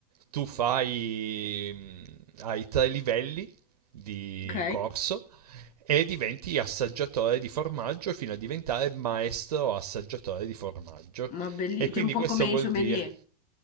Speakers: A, on the right; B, on the left.
A: tu fai, mm, hai tre livelli di
B: Ok?
A: corso e diventi assaggiatore di formaggio fino a diventare maestro assaggiatore di formaggio.
B: Ma bellissimo,
A: E quindi
B: un po'
A: questo
B: come
A: vuol
B: i sommelier.
A: dire